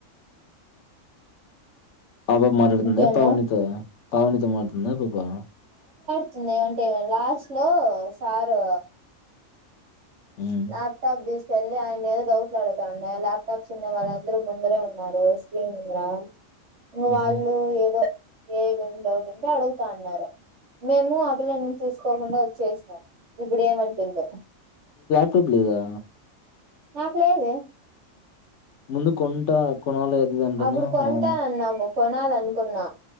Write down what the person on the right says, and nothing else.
ఇంకేమన్నా
వస్తుంది ఏమంటేమ లాస్ట్ లో సారు
ఆలాభ తాపు దేశ తెళ్ళలి ఆయన ఏదో డౌట్లులాడుతాే ల్యాప్టాప్స్ ఉన్నా వాళ్ళందరూ ముందరే ఉన్నారు స్క్రీన్ంద ఇంకా
వాళ్ళు ఏదో ఏ డౌట్ ఉంటే అడుగుతా అన్నారు మేము ఆ పిల్లని చూసుకోకుండా వచ్చేసాం ఇప్పుడ ఏమంటుందో
నాకు లేదు
అప్పుడు కొంటానన్నాము కొనాలనుకున్నా